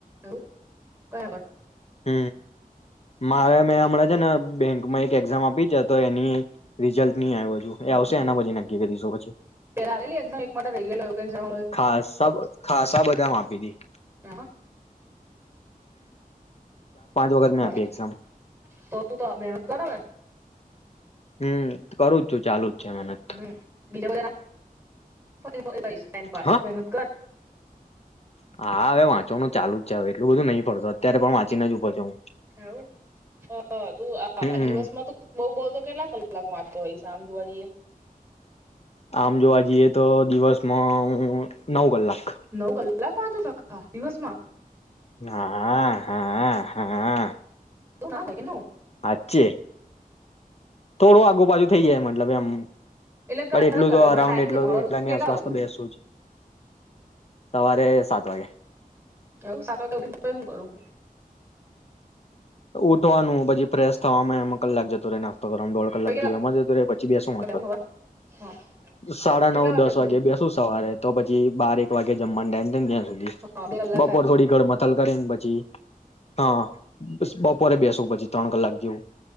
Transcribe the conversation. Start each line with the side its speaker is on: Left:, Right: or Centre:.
Right: <unintelligible>
Left: હ મારે મેં હમણાં છે ને બેંકમાં એક એક્ઝામ આપી છે તો એની રિઝલ્ટ.
Right: <unintelligible>
Left: નહી આવ્યું હજુ એ આવશે એના પછી નક્કી કરીશું પછી ખાસ મ ખાસા બધા મા આપી તી.
Right: હા
Left: વખત મેં
Right: બરાબર,
Left: આપી એક્ઝામ
Right: તો તું તો મહેનત કર હવે.
Left: હું, કરું જ છું ચાલુ. છે મહેનત
Right: હ, બીજા બધા ના. <unintelligible>
Left: હા
Right: <unintelligible> મહેનત કર.
Left: હા, હવે વાંચવાનું ચાલુ જ છે, હવે. એટલું બધું નહી પડતું અત્યારે પણ વાંચીને જ ઉપર છું
Right: એવું, તો તું આ
Left: હું હમ
Right: દિવસમાં તો બહુ બહુ તો કેટલા કલાક વાંચતો હોઇશ. આમ જોવા જઈએ
Left: આમ જોવા જઈએ, તો દિવસમાં હું નવ કલાક.
Right: નવ કલાક વાંચું <unintelligible> દિવસમાં?
Left: હા, હા, હા.
Right: તો ના હોય <inaudible>
Left: હાચે. થોડું આઘુ પાછું થઈ જાય મતલબ, એમ.
Right: એટલે કરરે
Left: પણ એટલું
Right: કર
Left: તો
Right: મને
Left: અરાઉન્ડ
Right: ટાઈમ
Left: એટલ
Right: કે, હવારે
Left: એટલાની
Right: કેટલા
Left: આસપાસ
Right: વાગે ઊઠું.
Left: તો બેસું જ સવારે સાત વાગે
Right: એવું સાત વાગે ઉઠીને પછી હું કરું?
Left: ઉઠવાનું પછી, ફ્રેશ થવામાં એમાં કલાક જતું રેના તો કરવામાં દોઢ કલાક
Right: પહી કેટલા
Left: જેવો એમ જતો રે એમા, પછી બેસું
Right: વાગે
Left: વાચવા,
Right: બેહું હવાર હા
Left: સાડા
Right: કેટલા
Left: નવ
Right: વાગ્યા
Left: દસ
Right: સુધી
Left: વાગે બેસુ સવારે તો પછી જી બાર એક વાગે જમવા નો ટાઈમ
Right: હા બે કલાક
Left: <inaudible> બપોર
Right: થયા
Left: થોડી ઘરમાં <unintelligible> પછી હા. બસ બપોરે બેસુ પછી, ત્રણ કલાક જેવું.